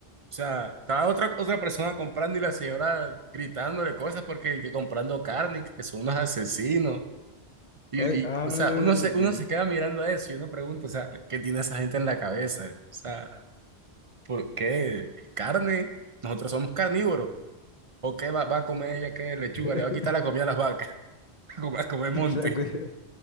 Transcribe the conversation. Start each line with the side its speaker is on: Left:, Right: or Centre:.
Right: O sea, estaba otra, otra persona comprando y la señora gritándole cosas porque que comprando carne, y que, que son unos asesinos. Y,
Left: Ay, ah,
Right: y, o sea, uno se, uno
Left: ya.
Right: se queda mirando a eso y uno pregunta, o sea, ¿qué tiene esa gente en la cabeza? O sea, ¿por qué? ¿Es carne? Nosotros somos carnívoros. ¿O qué va, va a comer ella? ¿Qué lechuga?
Left: <laughs>
Right: Le va a quitar la comida a las vacas. <laughs> Va a comer monte.
Left: La cue-